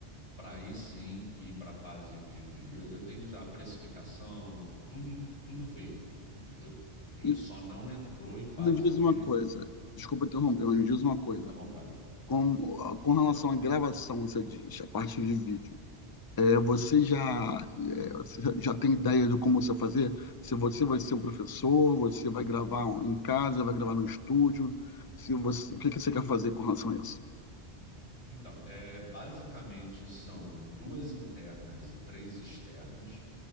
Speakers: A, on the left; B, on the left.
A: para aí sim ir para a fase de, de- Eu, eu tenho já a precificação, tudo, tudo feito, entendeu? Ele
B: E
A: só não entrou em fase
B: me diz
A: de
B: uma coisa, desculpa interromper, mas me diz uma coisa.
A: à vontade.
B: Com, com relação à gravação, você diz, a parte de vídeo. Você já, é, você já tem ideia de como você vai fazer? Se você vai ser um professor, você vai gravar em casa, vai gravar no estúdio? Se você, o que que você quer fazer com relação a isso?
A: Então, é, basicamente são duas internas e três externas.